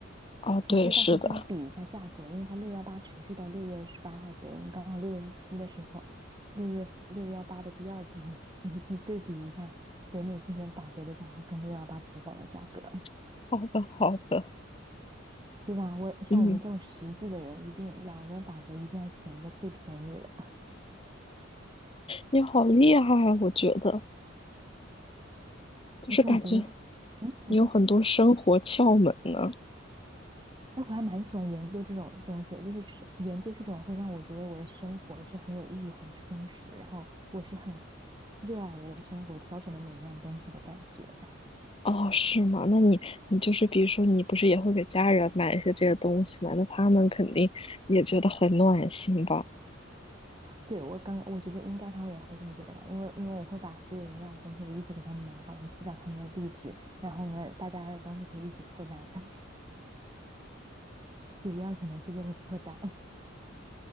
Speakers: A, on the left (about 30°); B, on the right (about 25°).
A: 哦，
B: 你可以到时候先比一下价格，
A: 对，是的，
B: 因为它六幺八持续到六月十八号左右，你刚好六月初的时候，六月六幺八的第二波，你你对比一下北美这边打折的价格跟六幺八淘宝的价格。
A: <laughs> 好的，好的，
B: 对吧？我像我们这么实际的人，
A: 嗯。
B: 一定两边打折，一定要选一个最便宜的。
A: 你好厉害啊，我觉得就是感觉
B: 而且我觉得，嗯，你说，
A: 你有很多生活窍门呢。
B: 哎，我还蛮喜欢研究这种东西，就是吃研究这种会让我觉得我的生活是很有意义、很充实，然后我是很热爱我的生活，挑选的每一样东西的感觉。
A: 哦，是吗？那你你就是比如说，你不是也会给家人买一些这些东西吗？那他们肯定也觉得很暖心吧？
B: 对，我刚刚我觉得应该他们也会这么觉得吧，因为因为我会把所有人要的东西我一起给他们买好，然后寄到他们的地址，然后呢，大家的东西可以一起凑单，<laughs> 主要可能是为了凑单。